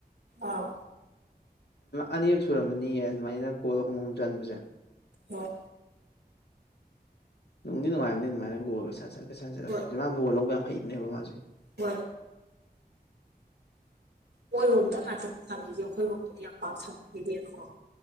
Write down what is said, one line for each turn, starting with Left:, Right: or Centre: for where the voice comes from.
Right: ꯑꯥ
Left: ꯑꯅꯤꯔꯛ ꯁꯨꯔꯝꯕꯅꯤꯌꯦ ꯑꯗꯨꯃꯥꯏꯅ ꯒꯣꯜ ꯑꯍꯨꯝ ꯑꯍꯨꯝ ꯆꯟꯕꯁꯦ
Right: ꯍꯣꯏ
Left: ꯅꯨꯡꯗꯤ ꯅꯨꯡꯉꯥꯏꯕꯅꯦ ꯑꯗꯨꯃꯥꯏꯅ ꯒꯣꯜꯒ ꯁꯠ ꯆꯠꯀ ꯁꯟꯠꯂꯄꯦ
Right: ꯍꯣꯏ
Left: ꯃꯥ ꯕꯣꯜ ꯂꯧꯕ ꯌꯥꯝ ꯍꯩꯕꯅꯦꯕ ꯃꯥꯁꯦ
Right: ꯍꯣꯏ ꯃꯣꯏꯔꯣꯝꯗ ꯉꯇꯪ ꯁꯥꯟꯕꯤꯁꯦ ꯑꯩꯈꯣꯏꯔꯣꯝꯗꯗꯤ ꯌꯥꯝ ꯄꯥꯝ ꯁꯥꯟꯅꯕꯤꯗꯦꯅꯀꯣ